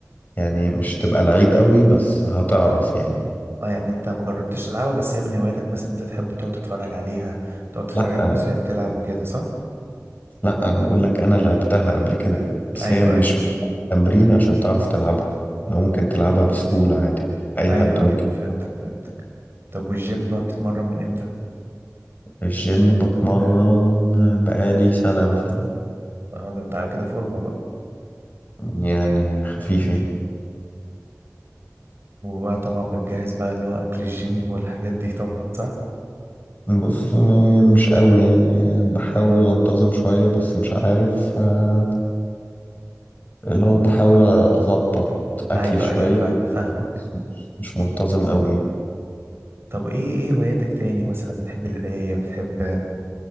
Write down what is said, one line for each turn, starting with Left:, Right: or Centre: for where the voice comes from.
Left: يعني مش تبقى لعيب قوي بس هتعرف يعني
Right: اه يعني انت ما جربتش تلعبها بس هي من هواياتك مثلا انت تحب تقعد تتفرج عليها تقعد تتفرج
Left: لا
Right: على الناس وهي بتلعب وكده صح
Left: لا انا بقول لك انا لعبتها قبل كده بس
Right: ايوه
Left: هي مش
Right: ايوه
Left: محتاجة تمرين عشان تعرف تلعبها لو ممكن تلعبها بسهولة عادي اي
Right: ايوه
Left: حد ممكن
Right: ايوه فهمتك فهمتك طب والجيم بقى بتتمرن من امتى
Left: في الجيم بتمرن بقالي سنة مثلا
Right: اه ده انت على كده فورمة بقى
Left: يعني خفيف يعني
Right: وبقى طبعا بتجهز بقى اللي هو اكل الجيم والحاجات دي طبعا صح
Left: بص مش قوي يعني بحاول انتظم شوية بس مش عارف آه، اللي هو بحاول أظبط أكلي
Right: ايوه
Left: شوية
Right: ايوه فا- فاهمك
Left: بس مش مش منتظم قوي
Right: طب ايه ايه هواياتك تاني مثلا بتحب القرايه بتحب